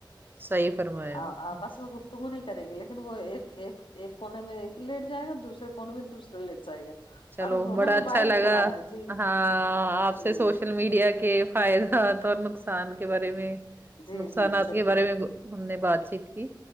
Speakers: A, on the right; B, on the left.
A: صحیح فرمایا
B: ا
A: آپ
B: آپس
A: نے
B: میں گف تگو نہیں کریں گے لیکن وہ ایک ایک ایک کونے میں ایک لیٹ جائے گا دوسرے کونے میں دوسرے لیٹ جائے گا
A: چلو
B: اور وہ دونوں
A: بڑا
B: موبائل
A: اچھا لگا
B: چلا رہے ہیں۔ جی
A: ہاں آپ
B: جی
A: سے سوش میڈیا کے فائدات اور نقصان کے بارے میں
B: جی
A: نقصانات
B: جی چلیے
A: کے بارے میں ہم نے بات چیت کی